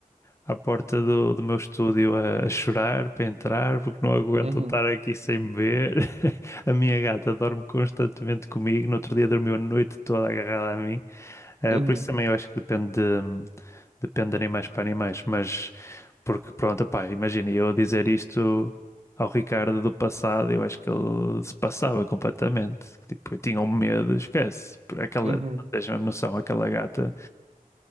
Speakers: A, on the left (about 20°); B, on the right (about 45°).
A: à porta do, do meu estúdio a, a chorar para entrar, porque não aguentam
B: uhum,
A: estar aqui sem me ver. <laughs> A minha gata dorme constantemente comigo, no outro dia dormiu a noite toda agarrada a mim. Eh,
B: uhum,
A: por isso também eu acho que depende de, depende de animais para animais, mas porque pronto, pá, imagina eu dizer isto ao Ricardo do passado, eu acho que ele se passava completamente. Tipo, eu tinha um medo, esquece. Por Aquela,
B: uhum.
A: não tens a mesma noção, aquela gata.